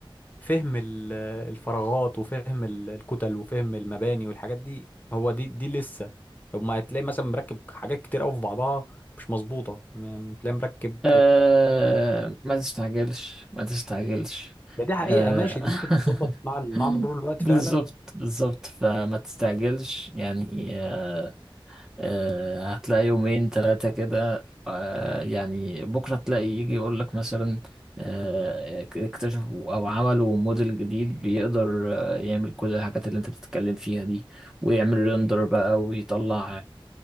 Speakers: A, on the left; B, in the centre.
A: فهم ال- الفراغات وفهم ال- الكتل وفهم المباني والحاجات دي هو دي دي لسه طب ما هتلاقي مثلا مركب حاجات كتير قوي في بعضها مش مظبوطه يعني تلاقي مركب
B: آه، ما تستعجلش ما تستعجلش
A: ده دي حقيقه
B: آه،
A: ماشي دي ممكن
B: <laughs>
A: تتظبط مع ال- مع مرور الوقت
B: بالظبط
A: فعلا
B: بالظبط فما تستعجلش يعني آه، آه، هتلاقي يومين ثلاثة كده آه، يعني بكرة تلاقي يجي يقول لك مثلا آه، اكتشفوا أو عملوا موديل جديد بيقدر آه، يعمل كل الحاجات اللي أنت بتتكلم فيها دي ويعمل ريندر بقى ويطلع